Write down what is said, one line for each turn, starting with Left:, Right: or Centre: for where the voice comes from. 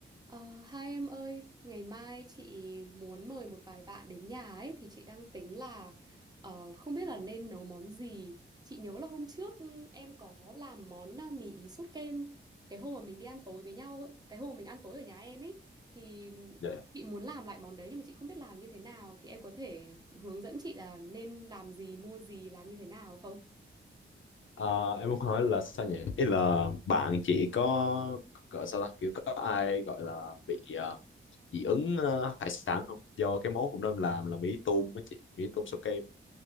Right: Ờ, hai em ơi, ngày mai chị muốn mời một vài bạn đến nhà ấy thì chị đang tính là ờ, không biết là nên nấu món gì. Chị nhớ là hôm trước ừ, em có làm món à, mì ý sốt kem cái hôm mà mình đi ăn tối với nhau ấy, cái hôm mà mình ăn tối ở nhà em ấy thì
Left: Dạ. dạ.
Right: chị muốn làm lại món đấy nhưng mà chị không biết làm như thế nào thì em có thể hướng dẫn chị là nên làm gì, mua gì, làm như thế nào không?
Left: Ờ, em muốn hỏi là sao nhỉ? Ý là bạn chị có gọi sao ta kiểu có ai gọi là bị ờ, dị ứng ờ, hải sản không? Do cái món cũng nên làm là mì tôm với chị, mì tôm sao kem.